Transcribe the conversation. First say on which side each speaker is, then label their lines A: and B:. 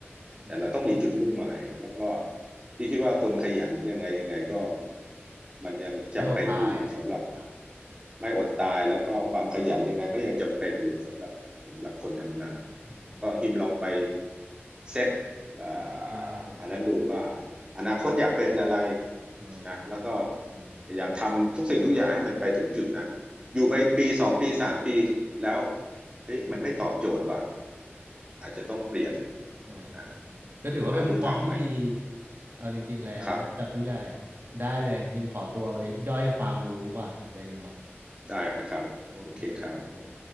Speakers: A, on the right (about 55°); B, on the right (about 20°).
A: อืม
B: แต่เราต้องมีจุดมุ่งหมายแล้วก็พี่คิดว่าคนขยันยังไงยังไงก็มันยังจำเป็นอยู่อะสำหรับ
A: ไม่อดตาย
B: ไม่อดตายแล้วก็ความขยันยังไงก็ยังจำเป็นอยู่สำหรับสำหรับคนทำงาน
A: อ่า
B: ก็ฮิมลองไปเซตเอ่
A: ได้ได้
B: าอันนั้นดูว่าอนาคตอยากเป็นอะไร
A: อืม
B: นะแล้วก็
A: อืม
B: พยายามทำทุกสิ่งทุกอย่างให้มันไปถึงจุดนั้นอยู่ไปปีสองปีสามปีแล้วเฮ้ยมันไม่ตอบโจทย์ว่ะอาจจะต้องเปลี่ยน
A: อ่า
B: อ่ะ
A: ก็ถือว่าเป็นมุมมองที่ดี
B: หาลู่ทางใหม่
A: เอาจริงๆแล้วจากผู้ใหญ่
B: ครับ
A: ได้เลยฮิมขอตัวไปย่อยความรู้ก่อนเดี๋ยวฮิมมา
B: ได้ครับโอเคครับ
A: โอเคครับผม